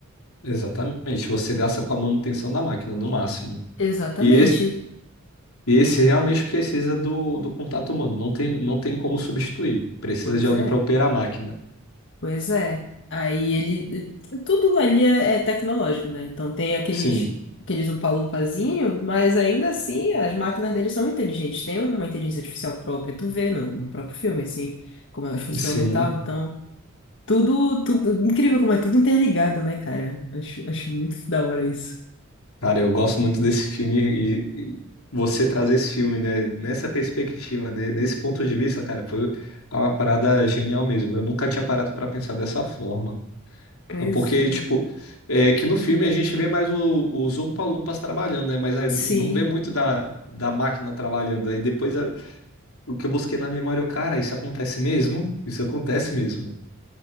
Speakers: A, on the left (about 85°); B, on the left (about 60°).
A: Exatamente. Você gasta com a manutenção da máquina, no máximo.
B: Exatamente.
A: E esse, e esse realmente precisa do, do contato humano. Não tem, não tem como substituir. Precisa
B: Pois
A: de alguém
B: é,
A: para operar a máquina.
B: pois é. Aí ele. Tudo ali é, é tecnológico, né? Então tem aqueles,
A: Sim,
B: aqueles umpalumpazinho, mas ainda assim as máquinas deles são inteligentes. Tem uma inteligência artificial própria, tu vê no, no próprio filme, assim, como elas funcionam
A: sim.
B: e tal. Então, tudo, tudo. Incrível como é tudo interligado, né, cara? Acho, acho muito da hora isso.
A: Cara, eu gosto muito desse filme e, e você trazer esse filme, né, nessa perspectiva, né, nesse ponto de vista, cara, foi uma parada genial mesmo. Eu nunca tinha parado pra pensar dessa forma.
B: Pois
A: Porque,
B: é.
A: tipo, é que no filme a gente vê mais o, os Oompa-Loompas trabalhando, né? Mas é,
B: Sim.
A: não vê muito da, da máquina trabalhando. Aí depois a- o que eu busquei na memória, eu, cara, isso acontece mesmo? Isso acontece mesmo.